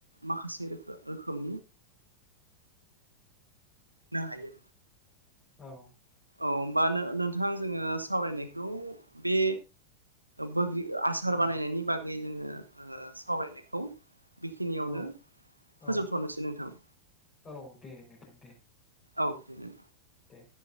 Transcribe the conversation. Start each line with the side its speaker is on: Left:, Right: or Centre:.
Right: माखासे रोखोमनि ना हायो
Left: औ
Right: औ हबा नोंथां जोङो सावरायनायखौ बे बैग्रि आसार बानायनायनि बागै जोङो सावरायनायखौ बेखिनियावनो
Left: औ औ
Right: फोजोबथ'नोसै
Left: औ
Right: नोंथां
Left: औ दे नोंथां दे
Right: औ दे दे।
Left: दे